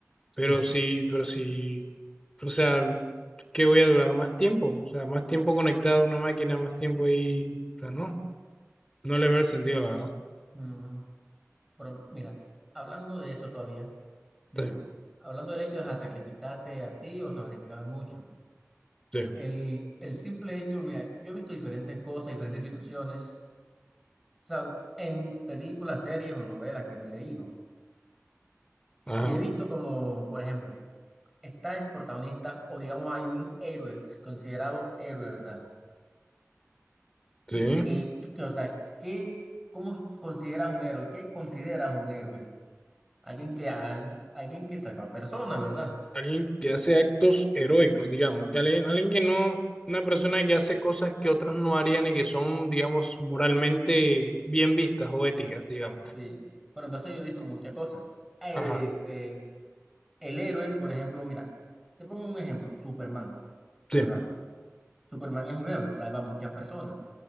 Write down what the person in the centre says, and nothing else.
Sí.
ujú. Pero mira, hablando de esto todavía, digo,
hablando del hecho de sacrificarte a ti o sacrificar mucho,
el, el simple hecho, mira, yo he visto diferentes cosas, diferentes situaciones, o sea, en películas, series o novelas que me he leído,
y he visto como, por ejemplo, está el protagonista o digamos hay un héroe, considerado héroe, ¿verdad? Y
que, tú- que, o sea, ¿qué, cómo consideras un héroe? ¿Qué consideras un héroe? Alguien que, ha- alguien que salva personas, ¿verdad?
Sí. Pero entonces yo he visto muchas cosas. Este,
el héroe, por ejemplo, mira, te pongo un ejemplo, Superman,
¿verdad? Superman es un héroe, salva a muchas personas,